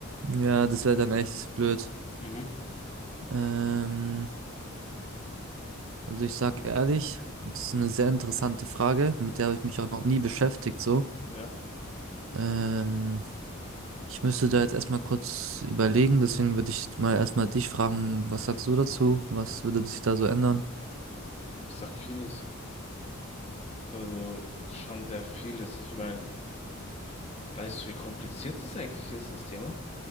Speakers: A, on the right; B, on the left.
A: ja, das wäre dann echt blöd.
B: Mhm.
A: Ähm, also ich sag ehrlich, das ist eine sehr interessante Frage, mit der
B: Hm,
A: habe ich mich auch noch nie beschäftigt, so.
B: Ja,
A: Ähm, ich müsste da jetzt erstmal kurz überlegen, deswegen würde ich mal erstmal dich fragen, was sagst du dazu? Was würde sich da so ändern? <laughs>
B: ich sag vieles. Also schon sehr vieles. Ich meine, weißt du, wie kompliziert es eigentlich ist, das Thema?